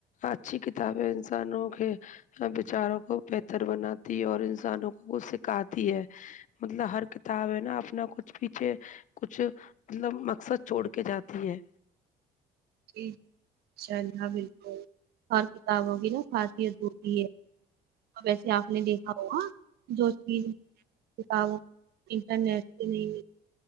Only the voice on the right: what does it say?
جی انشاء اللہ بالکل اور کتاب وغی ن خاصیت ہوتی ہے اور ویسے آپ نے دیک جو چیز <inaudible> نہیں